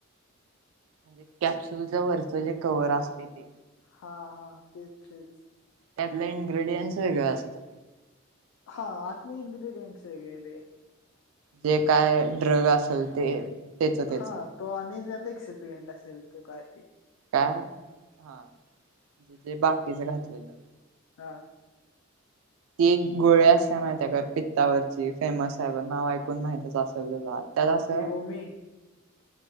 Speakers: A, on the right; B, on the left.
A: म्हणजे कॅप्सुलच्या वरचं जे कवर असते ते.
B: हा हा तेच तेच
A: त्यातला इनग्रेडियंट्स वेगळं असतं
B: हा आतली इंग्र्रीडियंटस वेगळं ते.
A: जे काय ड्रग असेल ते त्याच त्याच.
B: हा तो अनित एक सिपिएंट असेल तू कायती.
A: काय हा म्हे तेे बाकीच घातलेलं.
B: हां
A: ती एक गोळे असते माहिती आहे का पित्तावरची फेमस आहे पण नाव ऐकून माहितच असेल तुला. त्याला
B: हा
A: अस
B: ते ओमी